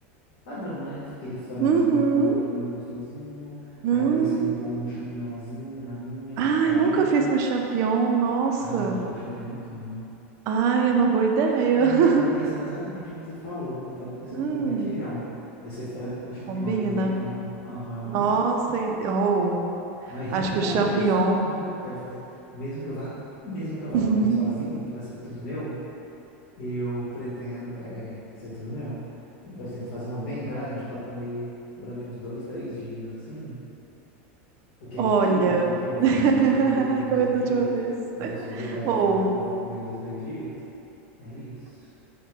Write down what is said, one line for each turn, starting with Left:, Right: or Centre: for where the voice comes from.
Left: padrão, né? Aquele franguinho
Right: Uhum.
Left: com bolinho gostosinho.
Right: Hum.
Left: Aí eu pensei em pôr um champignonzinho na minha,
Right: Ai,
Left: picadinho.
Right: nunca fiz com champignon, nossa.
Left: Ah, eu gosto de pôr champignon em tudo.
Right: Ai, é uma boa ideia.
Left: E
Right: <laughs>
Left: eu tava pensando exatamente no que você falou. Eu tava pensando
Right: Hum,
Left: em pôr um requeijão. Esse frango com champignon
Right: combina.
Left: e requeijão. Aham.
Right: Nossa, e- oh,
Left: Nós rende
Right: acho que
Left: muito
Right: o champignon.
Left: essa, hum, eu quero fazer, mesmo que eu vá, mesmo que eu vá
Right: <laughs>
Left: comer sozinho, que vai ser tudo meu, eu pretendo, é, vai ser tudo meu. Eu pretendo fazer uma bem grande para comer durante uns dois, três dias assim, o que
Right: Olha.
Left: é mentira, porque provavelmente
Right: <laughs>
Left: eu vou comer tudo no
Right: Ai,
Left: mesmo
Right: comer tudo
Left: dia,
Right: de uma vez.
Left: mas eu sou obrigado
Right: Ou
Left: a falar que eu vou comer em dois, três dias. É isso.